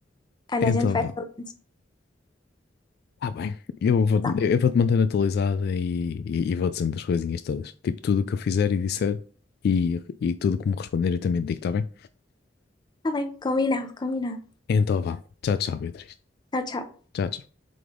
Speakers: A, on the left; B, on the left.
A: Olha,
B: Então,
A: a gente vai
B: vá.
A: falando.
B: Tá bem, eu vou,
A: Tá,
B: eu vou-te manter atualizada e, e, e vou dizendo as coisinhas todas. Tipo, tudo o que eu fizer e disser e, e tudo como responder eu também te digo, tá bem?
A: tá bem. Combinado, combinado.
B: Então vá. Tchau, tchau, Beatriz.
A: Tchau, tchau.
B: Tchau, tchau.